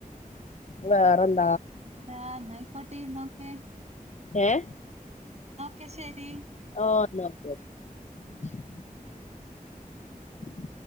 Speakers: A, on the left (about 50°); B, on the right (about 45°).
A: വേറെന്ത
B: എന്താ എന്നായിക്കോട്ടെ എന്നാക്കെ
A: ഏഹ്
B: ക്കെ ശരി
A: ആഹ് എന്ന ഓക്ക ഓക്കെ <inaudible>